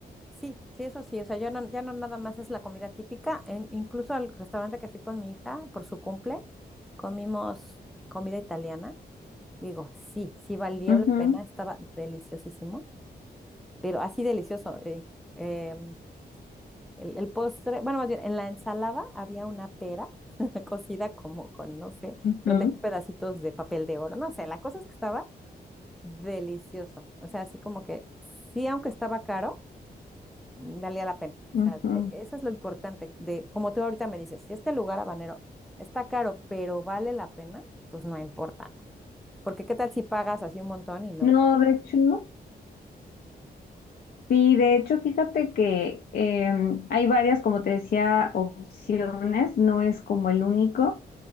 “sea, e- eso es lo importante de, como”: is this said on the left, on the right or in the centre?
Centre